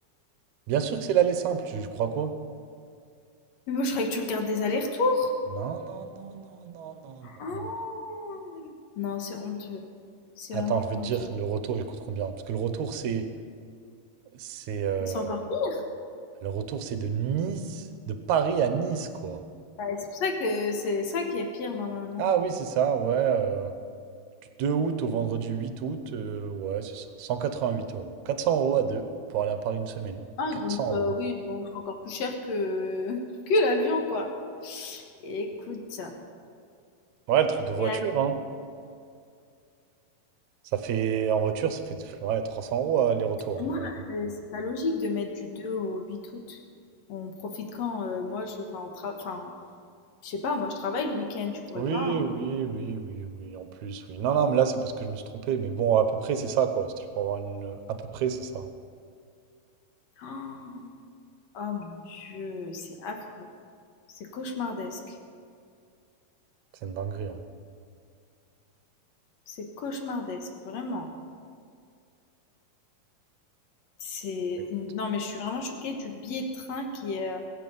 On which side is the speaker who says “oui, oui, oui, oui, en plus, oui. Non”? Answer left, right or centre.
Right